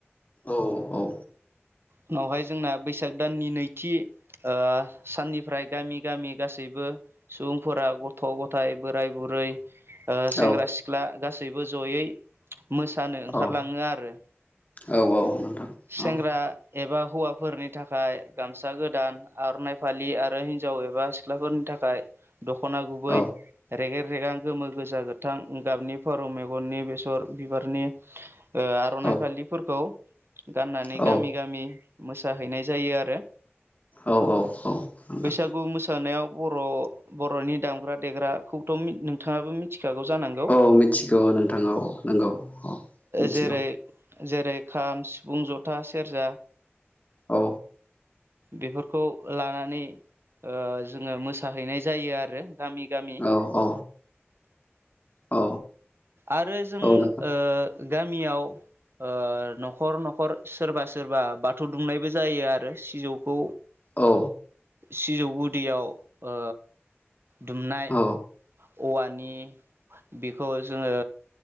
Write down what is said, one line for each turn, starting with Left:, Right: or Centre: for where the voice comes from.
Left: औ औ
Right: उनावहाय जोंना बैसाग दाननि नैथि ओ साननिफ्राय गामि गामि गासैबो सुबुंफोरा गथ' गथाय बोराय बुरै ओ सेंग्रा
Left: औ
Right: सिख्ला गासैबो जयै मोसानो ओंखारलाङो
Left: औ औ
Right: आरो
Left: औ नोंथां
Right: सेंग्रा
Left: औ
Right: एबा हौवाफोरनि थाखाय गामसा गोदान आर'नाइ फालि आरो हिन्जाव एबा सिख्लाफोरनि था खाय दख'ना गुबै
Left: औ
Right: रेगे रेगां गोमो गोजा गोथां गाबनि फारौ मेगननि बेसर बिबारनि ओ आर'नाइ
Left: औ
Right: फालिफोरखौ गाननानै
Left: औ
Right: गामि गामि मोसाहैनाय जायो आरो।
Left: औ औ औ नोंथां
Right: बैसागु मोसानायाव बर'-बर'नि दामग्रा देग्राखौथ' नोंथाङाबो मिथि खागौ जानांगौ
Left: औ मिथिगौ नोंथां औ नंगौ औ मिथिगौ
Right: जेरै जेरै खाम सिफुं जथा सेरजा
Left: औ
Right: बेफोरखौ लानानै ओ जोंङो मोसाहैनाय जायो आरो। गामि-गामि
Left: औ औ औ
Right: आरो जों
Left: औ नोंथां
Right: ओ गामियाव ओ न'खर-न खर सोरबा सोरबा बाथौ दुमनायबो जायो आरो सिजौ खौ
Left: औ
Right: सिजौ गुदियाव ओ दुमनाय
Left: औ
Right: औवानि बेखौ जोंङो